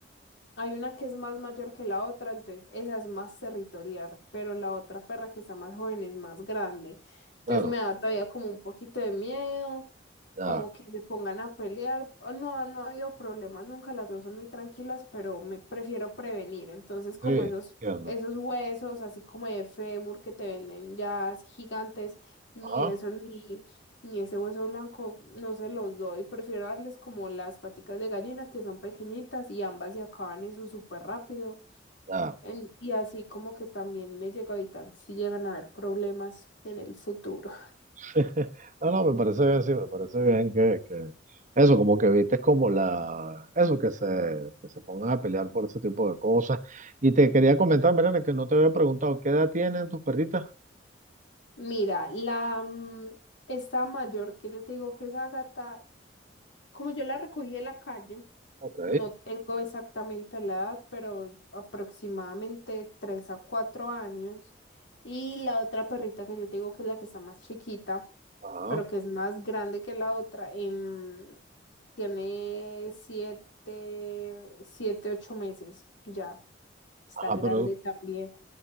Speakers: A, on the left; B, on the right.
A: hay una que es más mayor que la otra, entonces esa es más territorial, pero la otra perra que está más joven es más grande. Entonces
B: Claro,
A: me da todavía como un poquito de miedo,
B: ya,
A: como que se pongan a pelear. Oh, No, no ha habido problemas nunca, las dos son muy tranquilas, pero me prefiero prevenir. Entonces como
B: sí,
A: esos,
B: entiendo.
A: esos huesos, así como de fémur que te venden ya gigantes, ni
B: Ajá,
A: eso, ni y ese hueso blanco no se los doy, prefiero darles como las paticas de gallina que son pequeñitas y ambas se acaban eso súper rápido.
B: ya.
A: En- y así como que también me llega a evitar si llegan a haber problemas en el futuro.
B: <laughs> No, no, me parece bien, sí, me parece bien que, que eso, como que viste como la, eso, que se, que se pongan a pelear por ese tipo de cosas. Y te quería comentar, Mariana, que no te había preguntado, ¿qué edad tienen tus perritas?
A: Mira, la mm, esta mayor que yo te digo que es Agata, como yo la recogí de la calle,
B: Ok,
A: no tengo exactamente la edad, pero aproximadamente 3 a 4 años. Y la otra perrita que yo te digo que es la que está más chiquita.
B: ajá,
A: pero que es más grande que la otra. em, tiene siete, siete, ocho meses ya. Está
B: ajá,
A: grande
B: pero,
A: también.